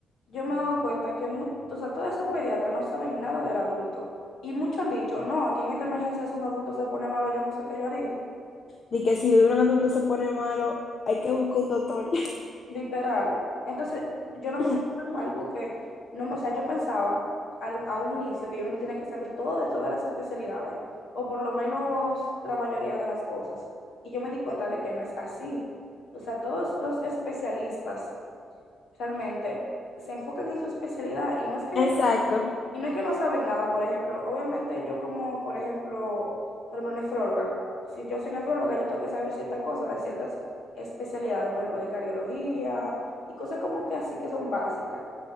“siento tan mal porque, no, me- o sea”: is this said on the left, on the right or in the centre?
Left